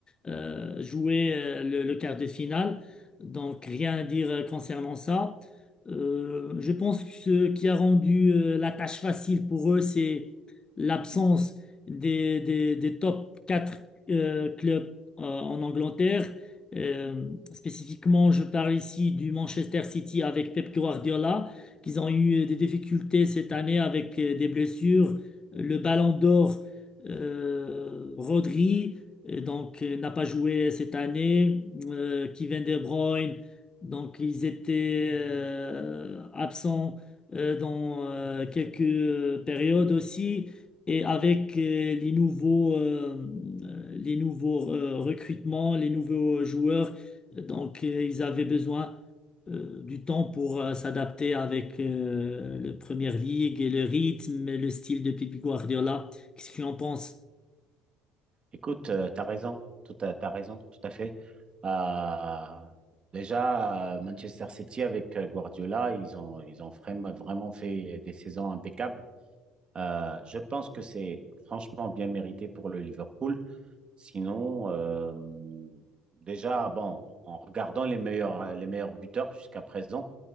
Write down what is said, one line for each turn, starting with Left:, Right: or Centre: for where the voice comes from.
Left: euh, jouer euh, le, le quart de finale. Donc, rien à dire euh, concernant ça. Euh, je pense que ce qui a rendu euh, la tâche facile pour eux, c'est l'absence des, des, des top 4 euh, clubs euh, en Angleterre. Euh, spécifiquement, je parle ici du Manchester City avec Pep Guardiola qu'ils ont eu des difficultés cette année avec euh, des blessures. Le Ballon d'Or, euh, Rodri, euh, donc euh, n'a pas joué cette année. Euh, Kevin De Bruyne, donc ils étaient euh, absents euh, dans euh, quelques euh, périodes aussi. Et avec euh, les nouveaux, euh, euh, les nouveaux euh, recrutements, les nouveaux joueurs, donc euh, ils avaient besoin euh, du temps pour euh, s'adapter avec euh, le Premier League et le rythme et le style de Pep Guardiola. Qu'est-ce que tu en penses?
Right: Écoute, euh, t'as raison, tout à, t'as raison, tout à fait. Euh, déjà, euh, Manchester City avec euh, Guardiola, ils ont, ils ont vraiment, vraiment fait des saisons impeccables. Euh, je pense que c'est franchement bien mérité pour le Liverpool. Sinon, euh, déjà, bon, en regardant les meilleurs, les meilleurs buteurs jusqu'à présent,